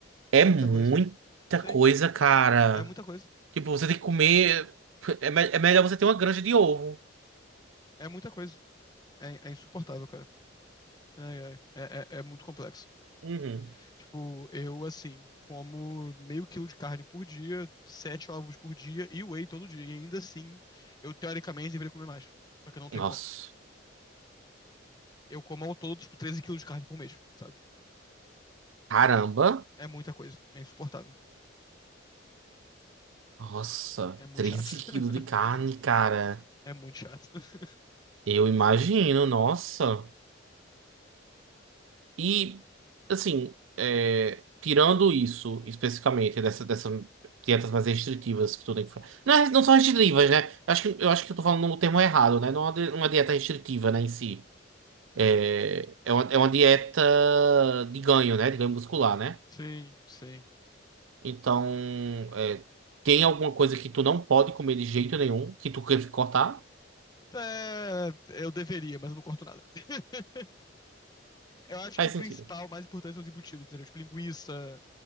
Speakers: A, on the right; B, on the left.
A: é
B: É
A: muita
B: muita coisa. Sim,
A: coisa, cara.
B: é muita coisa.
A: Tipo, você tem que comer, é, me- é melhor você ter uma granja de ovo.
B: É muita coisa. É, é insuportável, cara. Ai, ai. É, é, é muito complexo.
A: Uhum.
B: Tipo, eu assim, como meio quilo de carne por dia, sete ovos por dia e whey todo dia. E ainda assim, eu teoricamente deveria comer mais. Só que eu não tenho
A: Nossa,
B: como. Eu como ao todo, tipo, 13 quilos de carne por mês, sabe?
A: caramba.
B: É muita coisa. É insuportável.
A: Nossa,
B: É muito
A: 13
B: chato. <laughs>
A: quilos de carne, cara.
B: É muito chato. <laughs>
A: Eu imagino, nossa. E, assim, é, tirando isso especificamente, dessa, dessa dietas mais restritivas que tu tem que fazer. Não, é- não são restritivas, né? Eu acho que, eu acho que eu tô falando no termo errado, né? Não é uma di- uma dieta restritiva, né, em si. É, é uma, é uma dieta de ganho, né? De ganho muscular, né?
B: Sim, sim.
A: Então, é, tem alguma coisa que tu não pode comer de jeito nenhum, que tu quer cortar?
B: É, eu deveria, mas eu não corto nada. <laughs> Eu acho
A: Faz
B: que o principal,
A: sentido.
B: o mais importante são os embutidos, entendeu? Tipo, linguiça,